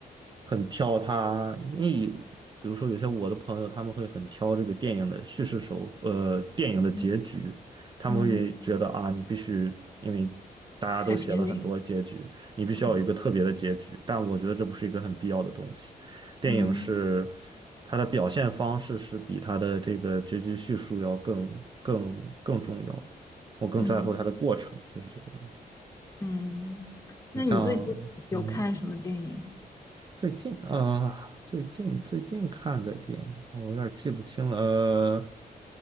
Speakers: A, on the right; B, on the left.
A: 很挑它，因为比如说有些我的朋友他们会很挑这个电影的叙事手，呃，电影的结局，
B: 嗯
A: 他们会觉得啊，
B: 嗯
A: 你必须因为。大家都写了很多结局，
B: ，Happy Ending。
A: 你必须要有一个特别的结局，
B: 嗯
A: 但我觉得这不是一个很必要的东西。电影是
B: 嗯
A: 它的表现方式是比它的这个结局叙述要更更更重要的。我更在乎它的过程，
B: 嗯
A: 就是这个样子。
B: 嗯。那你最近有看什么电影
A: 你像，嗯，最近啊、呃最近最近看的电影，我有点记不清了。呃，